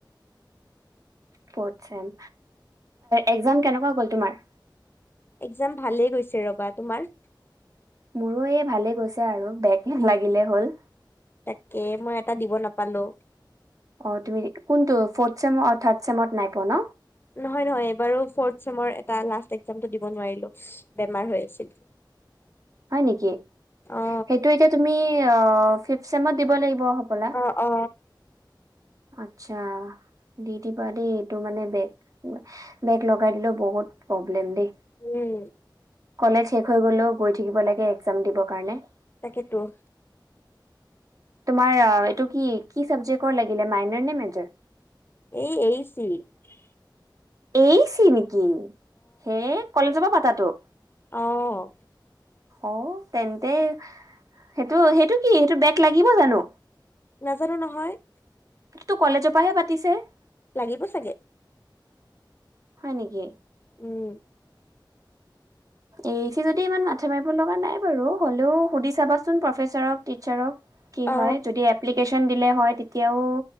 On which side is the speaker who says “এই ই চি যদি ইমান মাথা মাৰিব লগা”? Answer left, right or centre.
Right